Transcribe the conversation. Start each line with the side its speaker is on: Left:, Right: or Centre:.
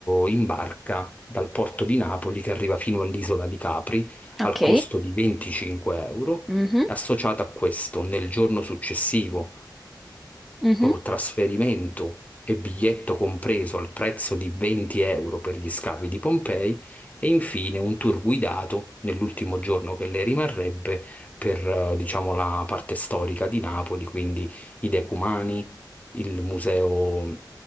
Left: in barca dal porto di Napoli che arriva fino all'isola di Capri
Centre: Ok.
Left: al costo di 25 euro.
Centre: Mhm,
Left: Associato a questo, nel giorno successivo
Centre: mhm,
Left: o trasferimento e biglietto compreso al prezzo di 20 euro per gli scavi di Pompei e infine un tour guidato nell'ultimo giorno che le rimarrebbe per, eh, diciamo, la parte storica di Napoli, quindi i Decumani, il museo,